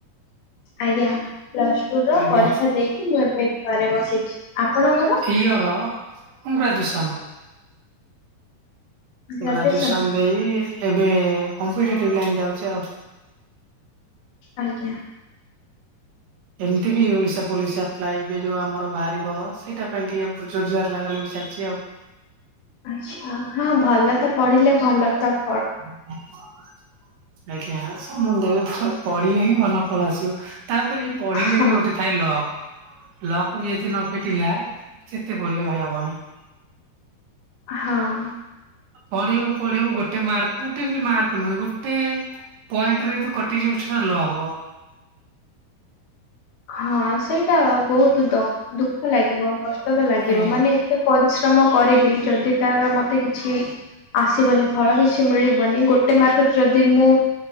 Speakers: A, on the left; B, on the right.
A: ଆଜ୍ଞା, ପ୍ଲସଟୁ ର
B: ଆଜ୍ଞା
A: ପରୀକ୍ଷା ଦେଇକି ମୁଁ ଏବେ ଘରେ ବସିଛି। ଆପଣଙ୍କର
B: ଏଇ ଇଅର ମୁଁ ଗ୍ରାଜୁଏସନ୍।
A: ଗ୍ରାଜୁଏସନ
B: ଗ୍ରାଜୁଏସନ୍ ଦେଇ ଏବେ କମ୍ପେଟିଟିଭ୍ ଲାଇନ୍ ଯାଉଚି ଆଉ।
A: ଆଜ୍ଞା।
B: ଏମ୍ତି ବି ଓଡିଶା ପୋଲିସ୍ ଆପ୍ଲାଏ ଏବେ ଯୋଉ ଆମର ବାହାରିବ ସେଇଟା ପାଇଁ ଟିକେ ଜୋର ଯାର୍ ଲାଗା ଲଗି ଚାଲ୍ଚି ଆଉ।
A: ଆଚ୍ଛା ହଁ ଭଲ ତ ପଢିଲେ ଭଲ ତବ୍
B: <unintelligible> ଆଜ୍ଞା ସମୁଦେୟେ ଫୁ ପଢିଲେ ହିଁ ଭଲ ଫଳ ଆସିବ ତାପରେ। ପଢିଲେ
A: ହଁ
B: ବି ଗୋଟେ ଥାଏ ଲକ। ଲକ୍ ବି ଏଯି ନ ଫିଟିଲା ଯେତେ ପଢୀଲେ ଭାଇ ହବନି।
A: ହଁ।
B: ପଢିବୁ ପଢିବୁ ଗୋଟେ ମାର୍କ ଗୋଟେ ବି ମାର୍କ ନୁହେଁ ଗୋଟେ ପଏଣ୍ଟରେ ତୁ କଟିଯିବୁ ସେଟା ଲ ହବ।
A: ହଁ ସେଇଟା ବହୁତ୍ ଦ ଦୁଃଖ ଲାଗିବ କଷ୍ଟ ତ ଲାଗିବ
B: ଆଜ୍ଞା
A: ମାନେ ଏତେ ପରିଶ୍ରମ କରିବି ଜଲ୍ଦି ତାର ମତେ କିଛି ଆସିବନି ଫଳ କିଛି ମିଳିବନି ଗୋଟେ ମାର୍କଟ୍ ଯଦି ମୁଁ